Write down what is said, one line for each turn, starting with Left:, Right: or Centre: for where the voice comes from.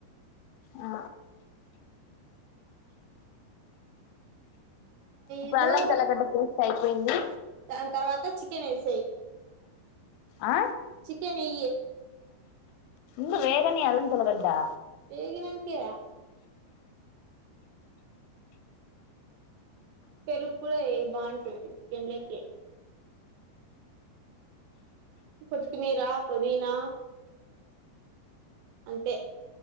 Left: ఆ ఇప్పుడు
Right: ఏదో
Left: అల్లం తెల్లగడ్డ పేస్ట్ అయిపోయింది
Right: దాని తర్వాత చికెన్ వేసేయి
Left: ఆ
Right: చికెన్ ఇ
Left: ముందు వేగనే అల్లం తెల్లగడ్డా
Right: వేగినంకేయాలి పెరుగు కూడ ఎయ్యి బాగుంటుంది చికెన్లకి కొత్తిమీరా పుదీనా అంతే